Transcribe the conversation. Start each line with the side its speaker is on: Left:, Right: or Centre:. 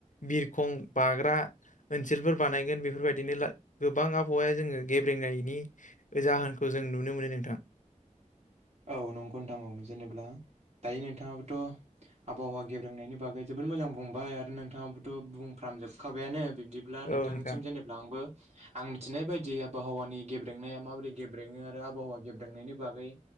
Left: बिरखं बा <unintelligible> ओनसोलफोर बानायगोन। बेफोरबायदिनो गोबां आबहावाया जोङो गेब्रेंनायनि जाहोनखौ जों नुनो मोनो नोंथां।
Right: औ नंगौ नोंथां, औ जेनेबा दायो नोंथाङाबोथ', आबहावा गेब्रेंनायनि बागै जोबोद मोजां बुंबाय आरो <unintelligible> नोंथाङाबोथ' बुंफ्राम जोबखाबायानो। बिब्दिब्ला नोंथांनिसिम
Left: औ नोंथां
Right: जेनेबा आंबो आं मिथिनाय बायदि जे आबहावानि गेब्रेंनाया माबोरै गेब्रेङो आरो आबहावा गेब्रेंनायनि बागै